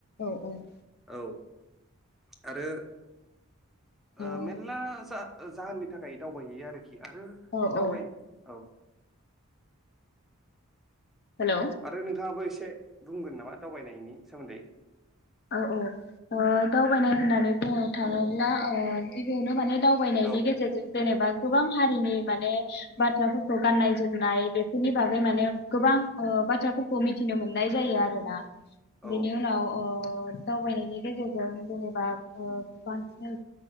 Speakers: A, on the left; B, in the centre.
A: औ औ।
B: औ आरो ओ
A: औ
B: मेनला जा ओ जाहोननि थाखाय दावबायहैयो आरोख खि आरो
A: औ
B: दावबाय
A: औ
B: औ। <inaudible>
A: हेलौ
B: आरो नोथांङाबो एसे से बुंगोन नामा दावबायनायनि सोमोन्दै?
A: आ औ ओ दावबायनाय होननानै बुङो थाङोब्ला ओ गिबियावनो माने दावबायनायनि
B: औ
A: गेजेरजों जेनेबा गोबां हारिनि माने बाथ्राफोरखौ गाननाय जोमनाय बेफोरनि बागै माने गोबां ओ बाथ्राफोरखौ मिथिनो मोननाय जायो आरोना।
B: औ
A: बेनि उनाव अ ओ दावबायनायनि गेजेरजों जेनेबा ओ बांसिन